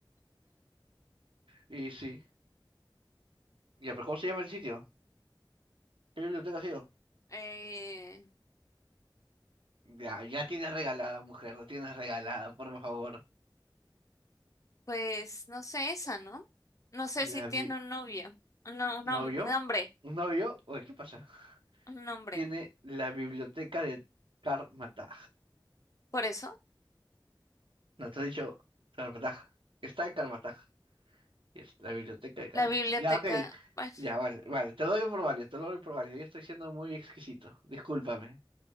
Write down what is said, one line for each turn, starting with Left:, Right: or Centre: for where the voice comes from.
Right: y sí. Ya, pero ¿cómo se llama el sitio? ¿Qué biblioteca ha sido?
Left: Eh,
Right: Ya, ya tienes regalada, mujer, la tienes regalada, por favor.
Left: Pues no sé esa, ¿no? No sé
Right: La
Left: si tiene
Right: vi...
Left: un novio, un, no- un
Right: ¿No
Left: hom-
Right: vio?
Left: un hombre,
Right: ¿No vio? Oye, ¿qué pasa?
Left: un hombre.
Right: Tiene la biblioteca de Karmataj.
Left: Por eso,
Right: No te he dicho Karmataj. Está en Karmataj. Y es la biblioteca de Karmataj.
Left: la biblioteca,
Right: Ya, ok.
Left: bueno,
Right: Ya, vale, vale. Te lo doy por válido, te lo doy por válido. Yo estoy siendo muy exquisito. Discúlpame.